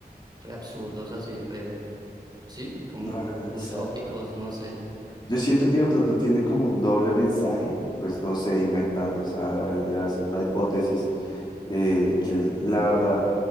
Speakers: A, on the right; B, on the left.
A: re absurdos, así, re, Sí, como
B: ah, exacto.
A: utópicos, no sé.
B: Yo siento que de pronto tiene como un doble mensaje, pues no sé, inventando, o sea, eh, hacen una hipótesis eh, que la verdad